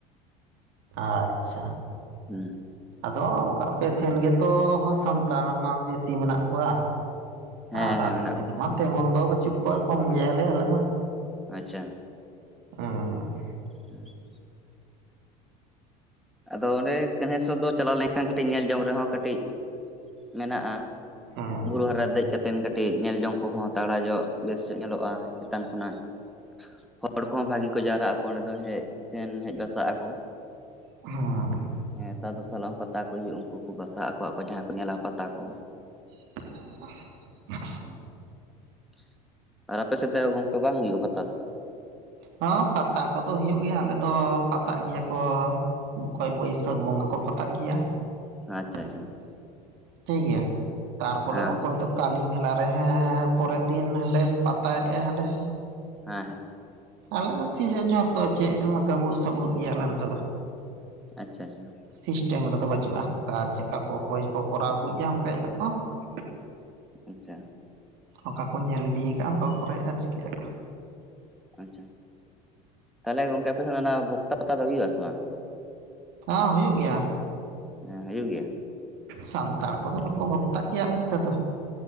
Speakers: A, on the right; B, in the centre.
A: ᱟᱪᱪᱷᱟ᱾
B: ᱦᱩᱸ᱾
A: ᱟᱫᱚ ᱟᱯᱮ ᱥᱮᱱ ᱜᱮᱛᱚ ᱦᱚᱸ ᱥᱟᱱᱛᱟᱲ ᱢᱟ ᱵᱮᱥᱤ ᱢᱮᱱᱟᱜ ᱠᱚᱣᱟ,
B: ᱦᱮᱸ
A: ᱟᱨ
B: ᱦᱮᱸ
A: ᱟᱞᱮ
B: ᱢᱮᱱᱟᱜ
A: ᱥᱮᱱ
B: ᱠᱚᱣᱟ
A: ᱢᱟ ᱛᱮᱢᱚᱱ ᱫᱚ ᱵᱟᱹᱪᱩᱜ ᱠᱚᱣᱟ ᱠᱚᱢ ᱜᱮᱭᱟᱞᱮ ᱟᱞᱮ ᱢᱟ᱾
B: ᱟᱪᱪᱷᱟ᱾
A: ᱩᱸᱜᱻ
B: <unintelligible> ᱟᱫᱚ ᱚᱸᱰᱮ ᱠᱟᱸᱦᱮᱥ ᱨᱮᱫᱚ ᱪᱟᱞᱟᱣ ᱞᱮᱱᱠᱷᱟᱱ ᱠᱟᱹᱴᱤᱡ ᱧᱮᱞ ᱡᱚᱝ ᱨᱮᱦᱚᱸ ᱠᱟᱹᱴᱤᱡ, <inaudible> ᱢᱮᱱᱟᱜᱼᱟ᱾
A: ᱦᱩᱸ
B: ᱵᱩᱨᱩ ᱦᱟᱨᱟ ᱫᱮᱡ ᱠᱟᱛ ᱛᱮᱱ ᱠᱟᱹᱴᱤᱡ ᱧᱮᱞ ᱡᱚᱝ ᱠᱚᱦᱚᱸ ᱛᱟᱲᱟ ᱧᱚᱜ ᱵᱮᱥ ᱧᱮᱞᱚᱜᱼᱟ ᱪᱮᱛᱟᱱ ᱠᱷᱚᱱᱟᱜ, ᱦᱚᱲ ᱠᱚᱦᱚᱸ ᱵᱷᱟᱜᱤ ᱠᱚ ᱡᱟᱣᱨᱟᱜ ᱟᱠᱚ ᱚᱸᱰᱮ ᱫᱚ ᱦᱮᱡ ᱥᱮᱱ ᱦᱮᱡ ᱵᱟᱥᱟᱜ ᱟᱠᱚ᱾
A: ᱦᱩᱜᱻ
B: ᱦᱮᱸ ᱛᱟᱨ ᱫᱚᱥᱟᱨ ᱞᱟᱜ <unintelligible> ᱦᱚᱸ ᱯᱟᱛᱟ ᱠᱚ ᱦᱩᱭᱩᱜᱼᱟ ᱩᱱᱠᱩ ᱠᱚ ᱵᱟᱥᱟᱜ ᱟᱠᱚ ᱠᱚ ᱡᱟᱦᱟᱸᱭ ᱠᱚ ᱧᱮᱞᱟ ᱯᱟᱛᱟ ᱠᱚ᱾
A: <unintelligible>
B: ᱦᱩ, <inaudible> ᱟᱨ ᱟᱯᱮ ᱥᱮᱫ ᱫᱚ ᱜᱚᱢᱠᱮ ᱵᱟᱝ ᱦᱩᱭᱩᱜᱼᱟ ᱯᱟᱛᱟ ᱫᱚ?
A: ᱦᱚᱸ ᱯᱟᱛᱟ ᱠᱚᱫᱚ ᱦᱩᱭᱩᱜ ᱜᱮᱭᱟ ᱟᱞᱮ ᱫᱚ ᱯᱟᱛᱟᱜ ᱜᱮᱭᱟ ᱠᱚ, ᱚᱠᱚᱭ ᱵᱟᱹᱭᱥᱟᱹᱠᱷ
B: ᱟᱪᱪᱷᱟ ᱟᱪᱪᱷᱟ
A: ᱵᱚᱸᱜᱟ ᱠᱚ ᱯᱟᱛᱟᱜ ᱜᱮᱭᱟ
B: ᱟᱪᱪᱷᱟ ᱦᱮᱸ
A: <inaudible> ᱴᱷᱤᱠ ᱜᱮᱭᱟ ᱛᱟᱨᱯᱚᱨᱮ
B: ᱦᱮᱸ
A: ᱚᱠᱚᱭ ᱫᱚ, ᱠᱟᱞᱤ ᱢᱮᱞᱟ ᱨᱮᱦᱚᱸ ᱯᱚᱨᱮᱨ ᱫᱤᱱ ᱦᱟᱸᱰᱮ ᱯᱟᱛᱟᱮᱟᱭ ᱦᱟᱸᱰᱮ᱾
B: ᱦᱮᱸ ᱦᱮᱸ᱾
A: ᱟᱞᱮ ᱥᱮᱜ ᱦᱮᱸ ᱡᱷᱚᱛᱚ ᱪᱮᱫ ᱮᱢᱚ ᱜᱟᱵᱲᱩ ᱥᱟᱵᱩᱲᱩᱜ ᱜᱮᱭᱟ ᱟᱞᱮ ᱱᱮᱛ ᱫᱚ,
B: ᱟᱪᱪᱷᱟ ᱟᱪᱪᱷᱟ᱾
A: ᱥᱤᱥᱴᱮᱢ ᱨᱮᱫᱚ ᱵᱟᱹᱪᱩᱜ-ᱟ ᱚᱠᱟ ᱪᱮᱫᱠᱟ ᱠᱚ ᱚᱠᱚᱭ ᱠᱚ ᱠᱚᱨᱟᱣ ᱟᱹᱜᱩᱭᱮᱫᱭᱟ ᱚᱱᱠᱟᱭ ᱮᱭᱟ ᱠᱚ, <inaudible>
B: ᱟᱪᱪᱷᱟ᱾
A: ᱚᱠᱟ ᱠᱚ ᱧᱮᱞ ᱤᱫᱤ ᱠᱟᱜᱼᱟ᱾ ᱟᱠᱟ ᱠᱚᱨᱮ ᱪᱤᱠᱟᱹᱜ ᱟᱠᱚ,
B: ᱟᱪᱪᱷᱟ ᱛᱟᱦᱚᱞᱮ ᱜᱚᱝᱠᱮ ᱟᱯᱮ ᱥᱮᱫ ᱚᱱᱟ ᱵᱷᱚᱠᱛᱟ ᱯᱟᱛᱟ ᱫᱚ ᱦᱩᱭᱩᱜ ᱟᱥᱮ ᱵᱟᱝ?
A: ᱦᱚᱸ ᱦᱩᱭᱩᱜ ᱜᱮᱭᱟ᱾
B: ᱦᱮᱸ ᱦᱩᱭᱩᱜ ᱜᱮᱭᱟ ᱾
A: ᱥᱟᱱᱛᱟᱲ ᱠᱚᱫᱚ ᱵᱟᱠᱚ ᱵᱷᱚᱠᱛᱟᱜ ᱜᱮᱭᱟ ᱟᱞᱮ ᱱᱛᱮ ᱫᱚ,